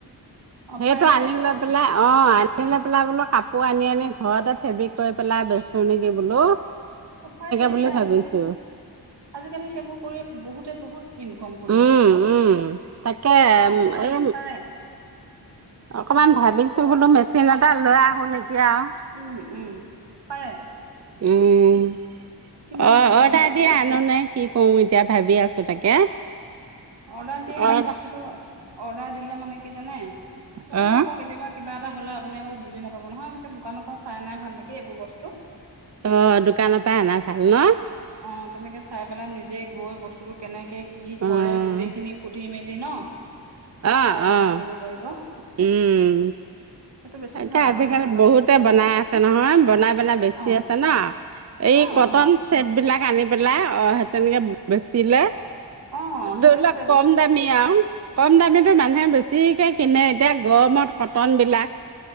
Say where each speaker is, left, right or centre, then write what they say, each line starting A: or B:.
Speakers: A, on the right; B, on the right.
A: অ
B: সেইটো
A: পাৰে
B: আনি লৈ পেলাই, অ', আনিলৈ পেলাই বোলো কাপোৰ আনি আনি, ঘৰতে ফেব্ৰিক কৰি পেলাই বেচো নেকি বোলো। <inaudible>
A: অ', পাৰে,
B: বুলি
A: সেই আজিকালি,
B: ভাবিছো
A: আজিকালি সেইবোৰ কৰি বহুতে, বহুত ইনকম কৰি
B: উম,
A: আছ তো,
B: উম। তাকে
A: অ',
B: এই
A: পাৰে।
B: অকমান ভাবিছো
A: কওক
B: বোলো, মেচিন এটা লৈ আহো নেকি আৰু।
A: উম উম পাৰে
B: উম
A: কিমান
B: অ অডাৰ
A: কৰিছে
B: দিয়া নো নে কি কৰো এতিয়া ভাবি আছো তাকে
A: অৰ্ডাৰ
B: অ',
A: দিয়া বস্তুটো অৰ্ডাৰ দিলে মানে কি জানে বস্তুটো
B: অ',
A: আকৌ কেতিয়াবা কিবা এটা হ'লে আপুনি আকৌ বুজি নাপাব নহয় এনেকে দোকানৰ পৰা চাই ভাল নেকি এইবোৰ বস্তু
B: অ দোকানৰ পাই আনা ভাল ন
A: অ তেনেকে চাই পেলাই নিজে গৈ বস্তুটো কেনেকে কি
B: অ',
A: কৰে গোটেইখিনি সুধি মেলি ন
B: অ',
A: চাই পেলাই
B: অ',
A: আনিব পাৰিব
B: উম।
A: সেইটো বেছি
B: তাকে
A: ভাল
B: আজিকালি
A: আৰু মেচিনৰ
B: বহুতে
A: বস্তুবোৰ
B: বনাই আছে নহয় বনাই বনাই বেছি
A: অ
B: আছে ন এই
A: অ
B: কটন
A: অ
B: চছেট বিলাক আনি পেলাই অ সে তেনেকে বেচিলে
A: অ
B: ধৰি
A: সেই
B: লক
A: চেটবোৰ
B: কম দামী আও কম দামিটো
A: অ চেটবোৰ
B: মানুহে বেছ বেছিকে কিনে এতিয়া গৰমত কটনবিলাক